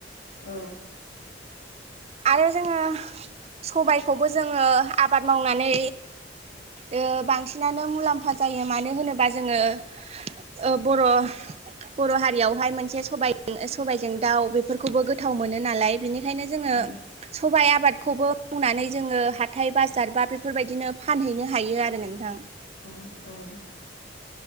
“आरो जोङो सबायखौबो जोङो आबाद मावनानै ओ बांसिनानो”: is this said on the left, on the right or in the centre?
Right